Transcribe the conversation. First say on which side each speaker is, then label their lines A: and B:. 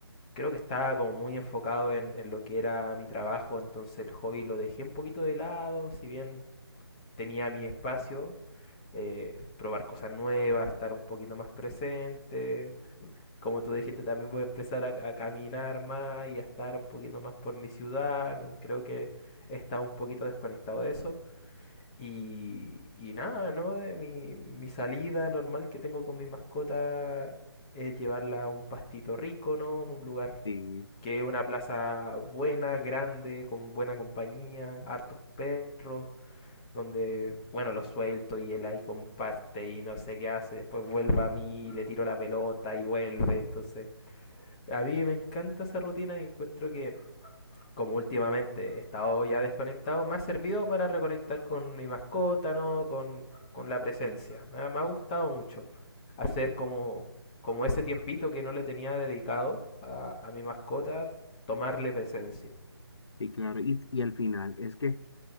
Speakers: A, on the left; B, on the left.
A: creo que estaba como muy enfocado en, en lo que era mi trabajo, entonces el hobby lo dejé un poquito de lado, si bien tenía mi espacio, eh, probar cosas nuevas, estar un poquito más presente. Como tú dijiste, también voy a empezar a, a caminar más y a estar un poquito más por mi ciudad, ¿no? Creo que está un poquito desconectado de eso. Y, y nada, ¿no? Eh, Mi, mi salida normal que tengo con mi mascota es llevarla a un pastito rico, ¿no? Un lugar
B: Sí,
A: que es una plaza buena, grande, con buena compañía, hartos perros donde, bueno, lo suelto y él ahí comparte y no sé qué hace, después vuelve a mí y le tiro la pelota y vuelve, entonces a mí me encanta esa rutina y encuentro que, como últimamente he estado ya desconectado, me ha servido para reconectar con mi mascota, ¿no? Con, con la presencia, me ha, me ha gustado mucho hacer como, como ese tiempito que no le tenía dedicado a, a mi mascota, tomarle presencia.
B: sí, claro. Y, y al final es que